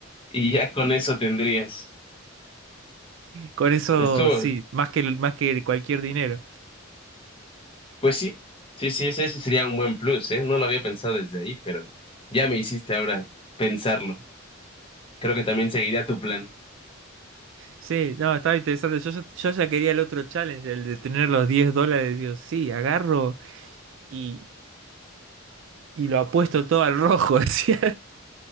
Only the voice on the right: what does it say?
Con eso,
sí, más que, más que cualquier dinero.
Sí, no, estaba interesante. Yo, ya yo ya quería el otro challenge, el de tener los 10 dólares. Digo, sí, agarro y, y lo apuesto todo al rojo. <laughs> decía.